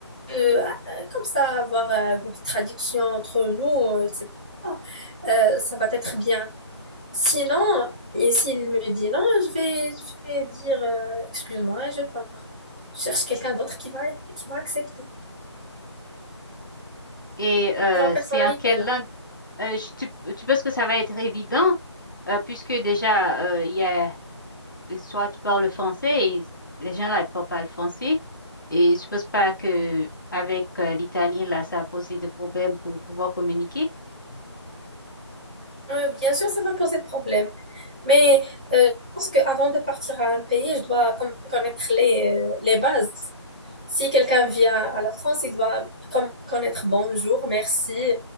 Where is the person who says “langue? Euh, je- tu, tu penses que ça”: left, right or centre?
Left